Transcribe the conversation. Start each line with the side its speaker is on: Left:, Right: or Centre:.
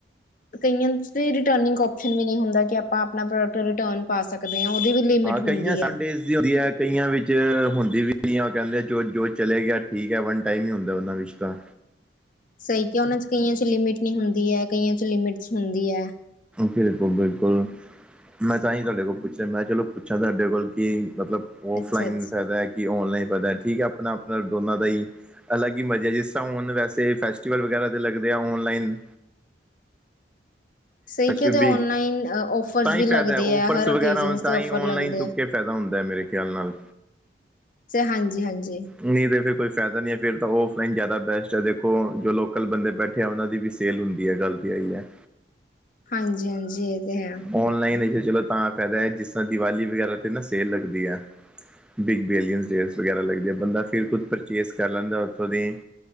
Left: ਕਈਆਂ ਰਿਨਿੰਗ ਓਪਸ਼ਨ ਵੀ ਨਹੀਂ ਹੁੰਦਾ ਕਿ ਆਪਾਂ ਆਪਣਾ ਪ੍ਰੋਡਕਟ ਰਿਟਰਨ ਪਾ ਸਕਦੇ ਹਾਂ ਉਹਦੀ ਵੀ ਲਿਮਿਟ
Centre: ਹਾਂ ਕਈਆਂ
Left: ਹੁੰਦੀ
Centre: ਸਾਡੇਸ
Left: ਹੈ।
Centre: ਹੁੰ ਹੈ ਕਈਆਂ ਵਿੱਚ ਹੁੰਦੀ ਵੀ ਨਹੀਂ ਐ ੳਹ ਕਹਿੰਦੇ ਜੋ ਜੋ ਚਲੇ ਗਿਆ ਠੀਕ ਹੈ ਵਨ ਟਾਈਮ ਹੀ ਹੁੰਦੈ ਉਹਨਾਂ ਵਿੱਚ ਤਾਂ
Left: ਸਹੀ ਕਿਹਾ ਉਹਨਾਂ ਚ ਕਈਆਂ ਚ ਲਿਮਿਟ ਨਹੀਂ ਹੁੰਦੀ ਹੈ, ਕਈਆਂ ਚ ਲਿਮਿਟ ਹੁੰਦੀ ਹੈਂ
Centre: ਬਿਲਕੁਲ-ਬਿਲਕੁਲ ਮੈਂ ਤਾਂ ਹੀ ਤੁਹਾਡੇ ਕੋਲ ਪੁੱਛਿਆ ਮੈਂ ਚਲੋ, ਪੁੱਛਾਂ ਤੁਹਾਡੇ ਕੋਲ ਕਿ ਮਤਲਬ ਔਫਲਾਈਨ
Left: ਅੱਛਾ ਅੱਛਾ।
Centre: ਫਾਇਦਾ ਹੈ ਕਿ ਔਨਲਾਈਨ ਫਾਇਦਾ ਠੀਕ ਹੈ ਆਪਣਾ ਆਪਣਾ ਦੋਨਾਂ ਦਾ ਹੀ ਅਲੱਗ ਹੀ ਮਜ਼ ਹੈ ਜਿਸ ਤਰ੍ਹਾਂ ਹੁਣ ਵੈਸੇ ਫੈਸਟੀਵਲ ਵਗੈਰਾ ਦੇ ਲੱਗਦੇ ਆ ਔਨਲਾਈਨ
Left: ਸਹੀ
Centre: ਅਛ
Left: ਕਿ ਉਹਦੇ
Centre: ਬੀ
Left: ਔਨਲਾਈਨ ਔਫਰਸ
Centre: ਤਾਂ ਹੀ
Left: ਵੀ ਲੱਗਦੇ
Centre: ਫਾਇਦਾ ਹੈ ਔਫਰਸ
Left: ਆ ਹਰ ਓਕੇਜਨ
Centre: ਵਗੈਰਾ ਤਾਂ
Left: ਤੇ ਔਫਰ
Centre: ਹੀ ਔਨਲਾਈਨ
Left: ਲੱਗਦੇ
Centre: ਚੁੱਕ
Left: ਆ।
Centre: ਕੇ ਪੈਦਾ ਹੁੰਦਾ ਮੇਰੇ ਖਿਆਲ ਨਾਲ
Left: ਹਾਂਜੀ ਹਾਂਜੀ
Centre: ਨਹੀਂ ਤਾਂ ਫਿਰ ਕੋ ਫਾਇਦਾ ਨਹੀਂ ਹੈ ਫਿਰ ਤਾਂ ਔਫਲਾਈਨ ਜ਼ਿਆਦਾ ਬੈਸਟ ਹੈ ਦੇਖੋ ਜੋ ਲੋਕਲ ਬੰਦੇ ਬੈਠੇ ਤੇ ਉਹਨਾਂ ਦੀ ਵੀ ਸੇਲ ਹੁੰਦੀ ਹੈ ਗੱਲ ਤੇ ਆਈ ਹੈ
Left: ਹਾਂਜੀ ਹਾਂਜੀ ਇਹ ਤੇ ਹੈ
Centre: ਔਨਲਾਈਨ ਚਲੋ ਤਾਂ ਫਾਇਦਾ ਹੈ ਜਿਸ ਤਰ੍ਹਾਂ ਦੀਵਾਲੀ ਵਗੈਰਾ ਤੇ ਨਾ ਸੇਲ ਲਗਦੀ ਹੈ ਬਿੱਗ ਬਿਲੀਅਨਸ ਡੇਜ਼ ਵਗੈਰਾ ਲੱਗਦੀ ਆ ਬੰਦਾ ਫਿਰ ਖੁਦ ਪਰਚੇਜ਼ ਕਰ ਲੈਂਦਾ ਉੱਥੋਂ ਦੀ